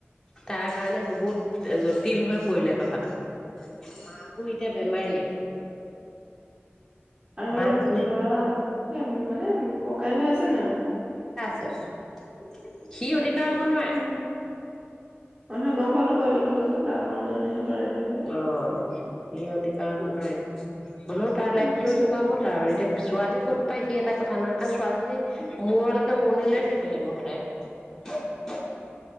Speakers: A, in the centre; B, on the right.
A: তাৰ কাৰণে বহুত জটিল হৈ পৰিলে কথাটো মাকো এতিয়া বেমাৰেই
B: আৰু
A: মাক যেনে
B: ল'ৰা হেই মানে উম ককাই ভাই আছে নাই
A: <unintelligible> সি অতি এয়া হব নোৱাৰে
B: অ
A: <inaudible>
B: অ নহয় গম পালো বাৰু এতিয়া কথাটো ডাঙৰজনেহে পাৰে বুলি পেলাই
A: অ নি আৰু দিক ক বনাই <unintelligible> হ'লেও তাৰ
B: উম
A: লাইফতটো এনেকুৱা হ'ল আৰু এতিয়া ছোৱালী ক'ত পায় সি এটা কথা নহয় কাৰণ ছোৱালীজনী মূৰলৈকে উৰণি লৈ থাকিব লাগিব সদায় <unintelligible>